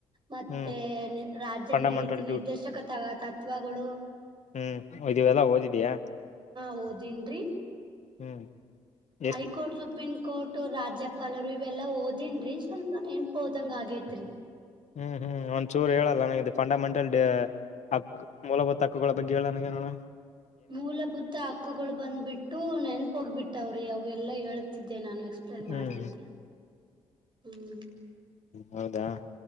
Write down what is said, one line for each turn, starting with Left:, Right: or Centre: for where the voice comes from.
Right: ಮತ್ತೆ
Left: ಹ್ಮ್
Right: ರಾಜ್ಯ
Left: ಫಂಡಮೆಂಟಲ್
Right: ನೀತಿ ನಿರ್ದೇಶಕ ತಗತ್ ಇವಾಗಗಳು
Left: ಹ್ಮ ಇದೆಲ್ಲ ಓದಿದಯಾ
Right: ಹೋದನ್ರಿ
Left: ಹ್ಮ್
Right: ಹೈಕೋರ್ಟ್
Left: ಎಷ್ಟ
Right: ಸ ಪಿನ್ಕೋಟ್ ರಾಜ್ಯಪಾಲರು ಇವೆಲ್ಲಾ ಓದಿನ್ರಿ ಸ್ವಲ್ಪ ನೆನ್ಪ ಓದಂಗ ಆಗೇತ್ರಿ
Left: ಹ್ಮ್ ಹ್ಮ್ ಒಂದ್ಚೂರು ಹೇಳಲ್ಲ ನನಗೆ ಇದು ಫಂಡಮೆಂಟಲ್ ಡ ಹಕ್ಕ ಮೂಲಭೂತ ಹಕ್ಕುಗಳ ಬಗ್ಗೆ ಹೇಳ ನಗೆೋಡ
Right: ಮೂಲಭೂತ ಹಕ್ಕುಗಳು ಬಂದ್ಬಿಟ್ಟು ನೆನ್ಪ ಹೋಗ್ಬಿಟ್ಟವ್ರಿ ಅವ ಎಲ್ಲಾ ಹ ಇದೇ ನಾನು ಎಕ್ಸ್ಪ್ಲೇನ್
Left: ಹ್ಮ್
Right: ಮಾಡ್ತಿದ್ದೆ ಹ್ಮ್
Left: ಹೌದಾ